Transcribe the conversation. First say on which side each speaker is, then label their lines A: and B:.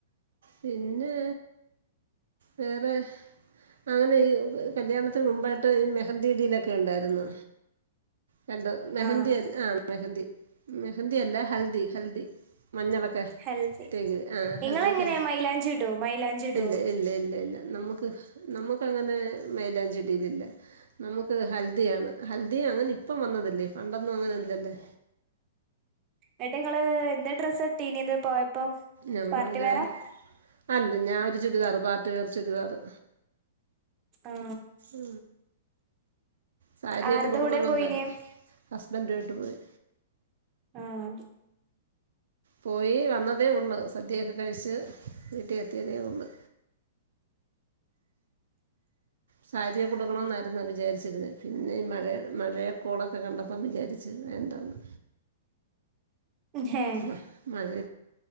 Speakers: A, on the right; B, on the right.
A: പിന്നെ വേറെ അങ്ങനെ ഈ കല്യാണത്തിന് മുമ്പായിട്ട് ഈ മെഹന്തിടിയിലൊക്കെ ഉണ്ടായിരുന്നു രണ്ടോ മെഹന്തി
B: ആ
A: ആഹ് മെഹന്തി മെഹന്തി അല്ല ഹൽദി ഹൽദി മഞ്ഞളൊക്കെ
B: ഹെൽത്തി
A: തേക്ക് ആ ഹൽദി
B: നിങ്ങളെങ്ങനെ
A: ക
B: മൈലാഞ്ചി ഇടോ മൈലാഞ്ചി ഇടുവോ
A: ഇല്ല ഇല്ല ഇല്ല ഇല്ല നമുക്ക് നമുക്ക് അങ്ങനെ മേലാൻ ചെടിയിലല്ല നമുക്ക് ഹൽദിയാണ് ഹൽദി അങ്ങനെ ഇപ്പം വന്നതല്ലേ പണ്ടൊന്നും അങ്ങനെ ഇല്ലല്ലേ
B: ഏട്ടാ നിങ്ങള് എന്ത് ഡ്രസ്സ്ട്ടീനിീന്ന് പോയ ഇപ്പം
A: ഞങ്ങൾ
B: പാർട്ടി
A: ഞാൻ
B: വേറാ
A: അല്ല ഞാാന ഒരു ചുരിദാറ് പാർട്ട് വേർ ചുരിദാറ്
B: ആ
A: ഉ സാരിയൊക്ക
B: ആർടെ
A: കൊടുക്കണന്നുണ്ടത്
B: കൂടെ പോയിനെ
A: ഹസ്ബൻഡ്ോട്ട് പോയി
B: ആഹ
A: പോയി വന്നതേ ഉള്ളു സദ്യയൊക്കെ കഴിച്ച് വീട്ടിൽ എത്തിയതേ ഉള്ളു സാരിയെ കൊടുക്കണ എന്നായിുന്ന വിചാരിച്ചിരുന്ന പിന്നെ ഈ മഴ മഴയക്കോളൊക്കെ കണ്ടപ്പം വിചാരിച്ചു വേണ്ടന്ന്
B: ഹേ
A: ആ മാത്